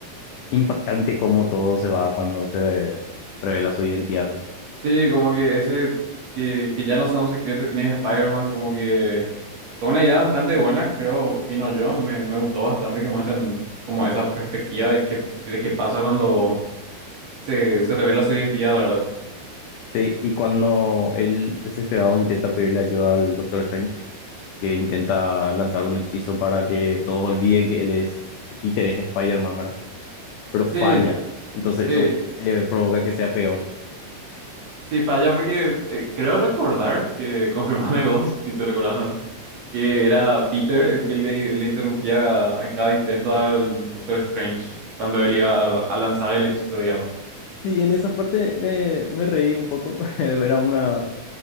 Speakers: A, on the left; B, on the right.
A: impactante cómo todo se va cuando se revela su identidad. ¿no?
B: Sí, como que ese, que, que ya no sea un secreto quién es Spider-Man, como que fue una idea bastante buena, creo, opino yo. Me, me gustó bastante que muestren como esa perspectiva de qué, de qué pasa cuando se, se revela su identidad, ¿verdad?
A: Sí, y cuando él desesperado intenta pedirle ayuda al Doctor Strange, que intenta lanzar un hechizo para que todos olviden que él es, que Peter es Spider-Man, ¿verdad? Pero falla.
B: Sí,
A: Entonces
B: sí,
A: eso eh, provoca que sea peor.
B: sí, falla porque eh, creo recordar que, <laughs> confirmame vos, si te recordás que era Peter el que le, le interrumpía en cada intento al Doctor Strange cuando él iba a, a lanzar el hechizo, digamos.
A: Sí, en esa parte me, me reí un poco. <laughs> Era una,